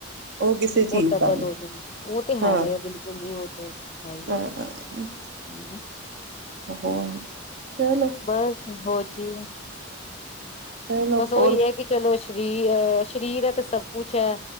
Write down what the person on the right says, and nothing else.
ਓ ਕਿਸੇ ਚੀਜ਼
ਦਾ ਨਹੀਂ
ਹਾਂ
ਹਾਂ
ਹੋਰ, ਚਲੋ
ਚਲੋ
ਹੋਰ